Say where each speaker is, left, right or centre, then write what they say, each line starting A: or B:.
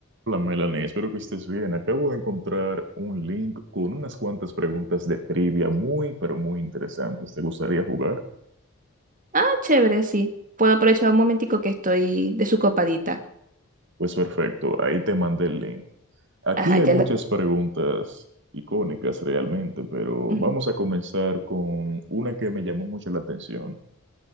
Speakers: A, on the right; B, on the right.
A: Hola Melanie, espero que estés bien. Acabo de encontrar un link con unas cuantas preguntas de trivia muy, pero muy interesantes. ¿Te gustaría jugar?
B: Ah, chévere, sí. Puedo aprovechar un momentico que estoy de su copadita.
A: Pues perfecto, ahí te mandé el link. Aquí
B: Ajá, ya
A: hay muchas
B: lo...
A: preguntas icónicas realmente, pero
B: Ujú.
A: vamos a comenzar con una que me llamó mucho la atención.